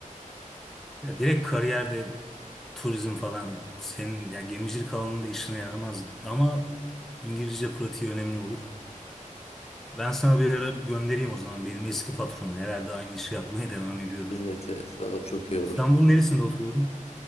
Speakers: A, in the centre; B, on the left.
A: Ya direkt kariyerde turizm falan senin ya gemicilik alanında işine yaramaz ama İngilizce pratiği önemli olur. Ben sana bir ara göndereyim o zaman benim eski patronu. Herhalde aynı işi yapmaya devam ediyordur.
B: Evet evet valla çok iyi olur.
A: İstanbul'un neresinde oturuyordun?